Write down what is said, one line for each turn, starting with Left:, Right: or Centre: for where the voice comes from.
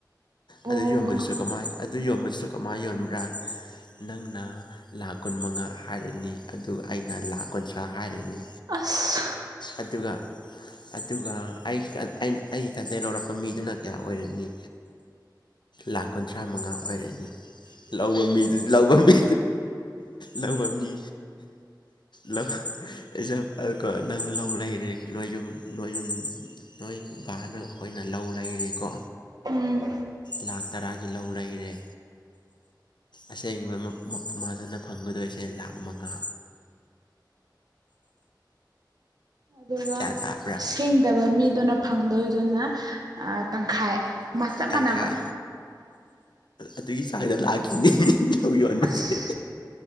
Right: ꯑꯣ
Left: ꯑꯗꯨ ꯌꯣꯟꯕꯗꯨꯁꯨ ꯀꯃꯥꯏ ꯑꯗꯨ ꯌꯣꯟꯕꯗꯨꯁꯨ ꯀꯃꯥꯏ ꯌꯣꯟꯕ꯭ꯔꯥ ꯅꯪ ꯅ ꯂꯥꯈ ꯀꯨꯟ ꯃꯉꯥ ꯍꯥꯏꯔꯅꯤ ꯑꯗꯨꯒ ꯑꯩꯅ ꯂꯥꯈ ꯀꯨꯟꯊ꯭ꯔꯥ ꯍꯥꯏꯔꯅꯤ
Right: ꯑꯁ
Left: ꯑꯗꯨꯒꯥꯔ ꯑꯗꯨꯒ ꯑꯩꯒꯤ ꯑꯩꯒꯤ ꯀꯟꯇꯦꯛ ꯂꯧꯔꯛꯄ ꯃꯤꯗꯨꯅ ꯀꯌꯥ ꯑꯣꯏꯔꯅꯤ ꯂꯥꯈ ꯀꯨꯟꯊ꯭ꯔꯥ ꯃꯉꯥ ꯑꯣꯏꯔꯅꯤ ꯂ ꯃꯤ ꯂꯧꯕ ꯃꯤ ꯂꯥꯎꯕꯝꯃꯤ ꯂ ꯑꯦꯖꯥꯝꯄꯜ ꯀ ꯅꯪ ꯂꯧꯔꯔꯦ ꯅꯣꯢꯌꯨꯝ ꯅꯣꯢꯌꯨꯝ ꯅꯣꯏꯕꯥꯅ ꯈꯣꯏꯅ ꯂꯧ ꯂꯩꯔꯦꯀꯣ
Right: ꯎꯝ
Left: ꯂꯥꯛꯈ ꯇꯔꯥꯒꯤ ꯂꯧ ꯂꯩꯔꯦ ꯑꯁꯦꯡꯕ ꯃꯥꯖꯅ ꯐꯪꯒꯗꯣꯏꯁꯦ ꯂꯥꯛ ꯃꯉꯥ
Right: ꯑꯗꯨꯒ
Left: ꯒ꯭ꯌꯥꯟ ꯇꯥꯕ꯭ꯔꯥ
Right: ꯁꯦꯡꯗꯕ ꯃꯤꯗꯨꯅ ꯐꯪꯗꯣꯏꯗꯨꯅ ꯇꯪꯈꯥꯏ ꯃꯥ ꯆꯞ
Left: ꯇꯪꯈꯥꯏ
Right: ꯃꯥꯟꯅꯕ
Left: ꯑꯗꯨꯒꯤ ꯆꯥꯡꯗ ꯂꯥꯛꯈꯤꯅꯤ ꯂꯧ ꯌꯣꯟꯕꯁꯦ
Right: ꯑꯁ